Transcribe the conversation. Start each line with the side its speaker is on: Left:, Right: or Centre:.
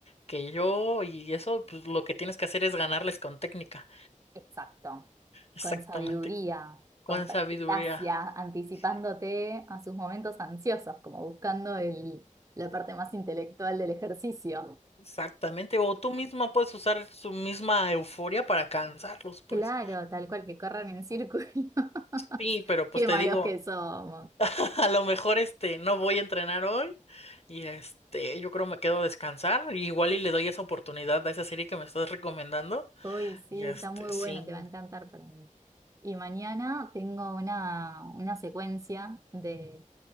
Left: que yo y eso pues lo que tienes que hacer es ganarles con técnica.
Right: Exacto.
Left: Exactamente,
Right: Con sabiduría,
Left: con
Right: con perspicacia,
Left: sabiduría.
Right: anticipándote
Left: Sí.
Right: a sus momentos ansiosos, como buscando el, la parte más intelectual del ejercicio.
Left: Exactamente, o tú mismo puedes usar su misma euforia para cansarlos, pues.
Right: Claro, tal cual, que corran en círculos. <laughs>
Left: Sí, pero pues
Right: Qué
Left: te
Right: malos
Left: digo,
Right: que somos.
Left: <laughs> a lo mejor este no voy a entrenar hoy y este yo creo me quedo a descansar, igual y le doy esa oportunidad a esa serie que me estás recomendando
Right: Uy, sí,
Left: y este
Right: está muy
Left: sí,
Right: bueno, te va a encantar para mí. Y mañana tengo una, una secuencia de,